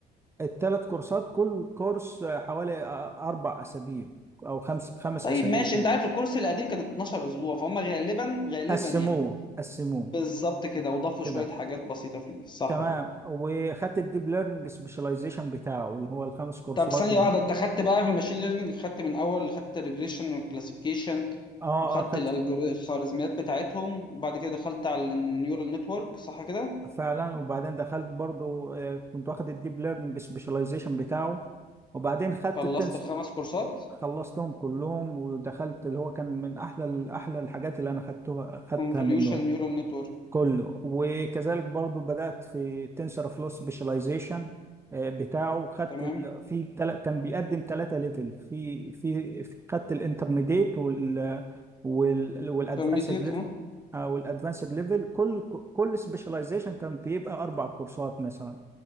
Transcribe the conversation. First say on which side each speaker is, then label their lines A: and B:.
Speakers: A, on the right (about 15°); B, on the left (about 25°).
A: الثلاث كورسات كل كورس حوالي اربع اسابيع او خمس خمس
B: طيب
A: اسابيع
B: ماشي
A: كده
B: انت عارف الكورس القديم كان 12 اسبوع فهم غالبا غالبا
A: قسموه
B: يعني
A: قسموه
B: بالظبط كده وضافوا
A: كده
B: شوية حاجات بسيطة فيه صح
A: تمام
B: كده
A: وخدت الديب ليرنينج سبيشاليزيشن بتاعه اللي هو الخمس كورسات
B: طب ثانية
A: اللي
B: واحدة
A: هم
B: انت خدت بقى في الماشين ليرنينج خدت من اول خدت الريجريشن والكلاسيفيكيشن
A: اه
B: وخدت
A: اه خدت
B: الالجوريزم الخوارزميات بتاعتهم وبعد كده دخلت على النيورال نتورك صح كده
A: فعلا وبعدين دخلت برضو آه، كنت واخد الديب ليرنينج سبيشاليزيشن بتاعه وبعدين خدت
B: خلصت
A: التنس
B: الخمس كورسات
A: خلصتهم كلهم ودخلت اللي هو كان من احلى احلى الحاجات اللي انا خدتها خدتها
B: كونفوليوشن
A: منه
B: نيورال نتورك
A: كله وكذلك برضو بدأت في تنسر فلو سبيشاليزيشن بتاعه خدت
B: تمام
A: ال... في تل... كان بيقدم ثلاثة ليفل في في في- خدت الانترميديت وال وال والادفانسد
B: انترميديت
A: ليفل
B: اه
A: او الادفانسد ليفل كل كل سبيشاليزيشن كان بيبقى اربع كورسات مثلا